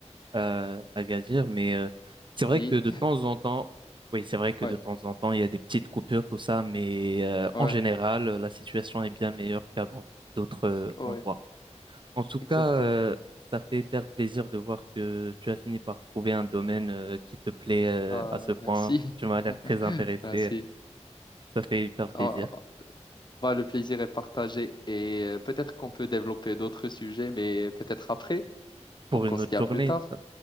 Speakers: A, on the right (about 45°); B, on the left (about 40°).
A: à, à Gadir, mais euh, c'est vrai
B: si,
A: que de temps en temps, oui, c'est vrai que
B: ouais,
A: de temps en temps, il y a des petites coupures, tout ça, mais euh,
B: ouais,
A: en général, euh, la situation est bien meilleure qu'à dans d'autres euh,
B: ouais,
A: endroits. En tout
B: exactement.
A: cas, euh, ça fait hyper plaisir de voir que tu as fini par trouver un domaine euh, qui te plaît euh,
B: Bah,
A: à ce point.
B: merci.
A: Tu m'as
B: <laughs>
A: l'air très intéressé.
B: Merci.
A: euh, Ça fait hyper plaisir.
B: Ah, bah, le plaisir est partagé et euh, peut-être qu'on peut développer d'autres sujets, mais peut-être après.
A: Pour
B: Donc,
A: une
B: on se
A: autre
B: dit
A: journée,
B: à plus tard.